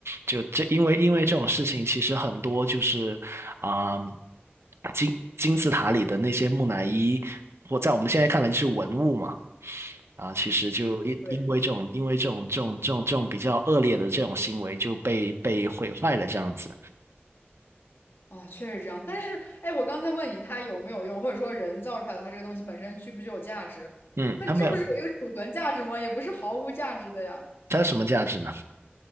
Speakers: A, on the right; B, on the left.
A: 就这，因为因为这种事情其实很多就是啊、金金字塔里的那些木乃伊，或在我们现在看来就是文物嘛。啊，其实就因因为这种因为这种这种这种这种比较恶劣的这种行为就被被毁坏了这样子。
B: 嗯，对。哦，确实这样。但是，哎，我刚才问你它有没有用，或者说人造出来的它这个东西本身具不具有价值？
A: 嗯，
B: 那这不是有一个储存价值吗？
A: 它没有，
B: 也不是毫无价值的呀。
A: 它有什么价值呢？